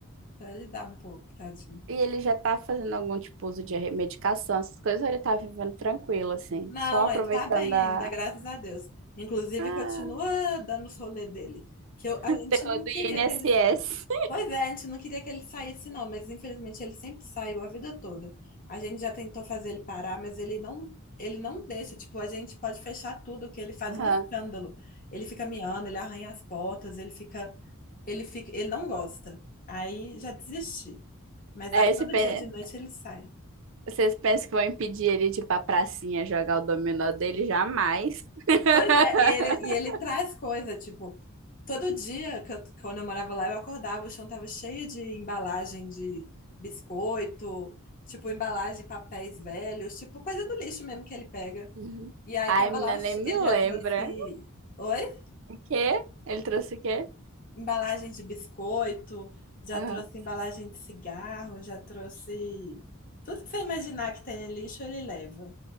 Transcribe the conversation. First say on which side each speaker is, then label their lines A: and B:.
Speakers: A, on the left; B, on the right.
A: Pra ele dar um pouco, tadinho.
B: E ele já tá fazendo algum tipo uso de medicação, essas coisas, ou ele tá vivendo tranquilo, assim,
A: Não,
B: só aproveitando
A: ele tá bem
B: a,
A: ainda, graças a Deus. Inclusive,
B: a
A: continua dando os rolê dele. Que eu- a gente
B: terror
A: não
B: do
A: queria
B: INSS.
A: que ele. Pois é, a gente não queria que ele saísse, não, mas infelizmente ele sempre saiu a vida toda. A gente já tentou fazer ele parar, mas ele não, ele não deixa. Tipo, a gente pode fechar tudo, que ele faz
B: <laughs> Aham.
A: um escândalo. Ele fica miando, ele arranha as portas, ele fica, ele fica, ele não gosta. Aí já desisti. Mas
B: É,
A: aí
B: esse
A: todo
B: pe-
A: dia de noite ele sai.
B: vocês pensam que vão impedir ele de ir pra pracinha jogar o dominó dele? Jamais. <laughs>
A: Pois é, e ele, e ele traz coisa, tipo, todo dia que eu- quando eu morava lá, eu acordava, o chão tava cheio de embalagem de biscoito, tipo, embalagem, papéis velhos, tipo, coisa do lixo mesmo que ele pega.
B: Uhum.
A: E aí
B: Ai,
A: tava
B: menina,
A: lá, o
B: nem
A: che-
B: me
A: ele já
B: lembra.
A: trouxe, oi?
B: O quê? Ele trouxe o quê?
A: Embalagem de biscoito, já
B: Aham.
A: trouxe embalagem de cigarro, já trouxe tudo que você imaginar que tem em lixo, ele leva.